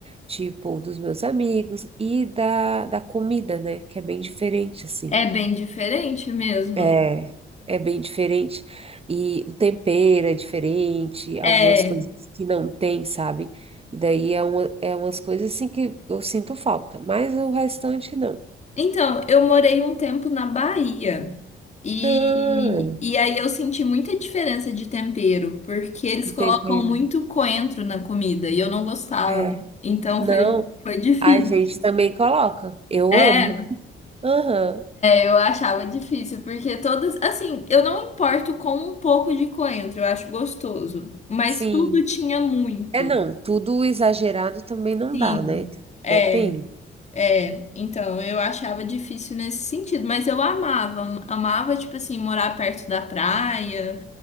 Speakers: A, on the right; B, on the left.
A: tipo, dos meus amigos e da, da comida, né? Que é bem diferente, assim.
B: É bem diferente mesmo.
A: É, é bem diferente. E o tempero é diferente, algumas
B: É.
A: coisas que não tem, sabe? E daí é, uma, é umas coisas assim que eu sinto falta, mas o restante não.
B: Então, eu morei um tempo na Bahia. E,
A: Ah,
B: e aí eu senti muita diferença de tempero, porque eles
A: de
B: colocam
A: tempero.
B: muito coentro na comida e eu não gostava.
A: É.
B: Então
A: Não,
B: foi, foi difícil.
A: a gente também coloca. Eu
B: É.
A: amo. Aham,
B: Eu achava difícil, porque todas, assim, eu não importo com um pouco de coentro, eu acho gostoso, mas
A: sim.
B: tudo tinha muito.
A: É, não, tudo exagerado também não
B: Sim,
A: dá, né? Tipo,
B: é,
A: Depende.
B: é. Então, eu achava difícil nesse sentido, mas eu amava, amava, tipo assim, morar perto da praia,